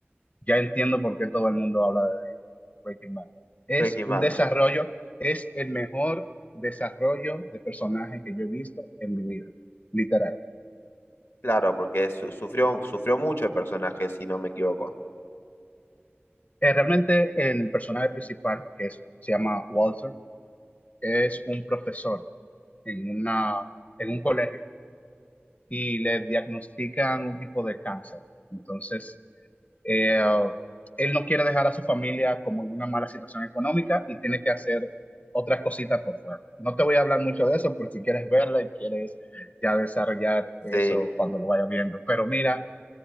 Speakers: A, on the left; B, on the left.
A: Ya entiendo por qué todo el mundo habla de Breaking Bad. Es
B: Breaking
A: un
B: Bad,
A: desarrollo, es el mejor desarrollo de personaje que yo he visto en mi vida, literal.
B: claro, porque su- sufrió, sufrió mucho el personaje, si no me equivoco.
A: Eh, realmente el personaje principal, que es, se llama Walter, es un profesor en una, en un colegio y le diagnostican un tipo de cáncer. Entonces, eh, él no quiere dejar a su familia como en una mala situación económica y tiene que hacer otras cositas por fuera. No te voy a hablar mucho de eso por si quieres verla y quieres ya desarrollar eso
B: Sí.
A: cuando lo vayas viendo. Pero mira,